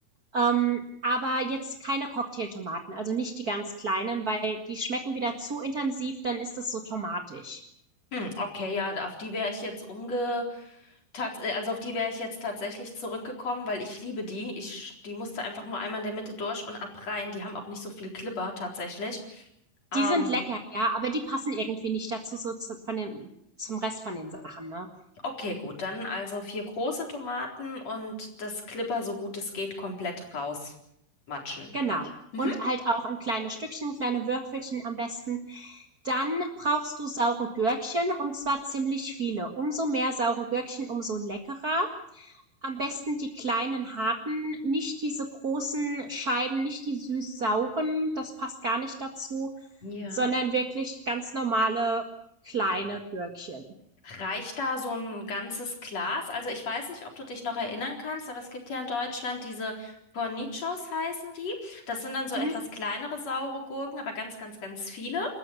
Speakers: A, on the right (about 40°); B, on the left (about 40°).
A: ähm, aber jetzt keine Cocktailtomaten, also nicht die ganz kleinen, weil die schmecken wieder zu intensiv, dann ist es so tomatig.
B: Hm, okay, ja, auf die wäre ich jetzt umge, tat, äh, also auf die wäre ich jetzt tatsächlich zurückgekommen, weil ich liebe die. Ich, die musste einfach nur einmal in der Mitte durch und ab rein. Die haben auch nicht so viel Glibber tatsächlich. Ähm,
A: Die sind lecker, ja, aber die passen irgendwie nicht dazu so zu von den zum Rest von den Sachen, ne?
B: Okay, gut, dann also vier große Tomaten und das Klipper, so gut es geht, komplett rausmatschen.
A: Genau.
B: Mhm.
A: Und halt auch in kleine Stückchen, kleine Würfelchen am besten. Dann brauchst du saure Gürkchen und zwar ziemlich viele. Umso mehr saure Gürkchen, umso leckerer. Am besten die kleinen harten, nicht diese großen Scheiben, nicht die süß-sauren, das passt gar nicht dazu,
B: Ja.
A: sondern wirklich ganz normale kleine Gürkchen.
B: Reicht da so ein ganzes Glas? Also ich weiß nicht, ob du dich noch erinnern kannst, aber es gibt ja in Deutschland diese Cornichons heißen die. Das sind dann so etwas
A: Mhm.
B: kleinere saure Gurken, aber ganz, ganz, ganz viele.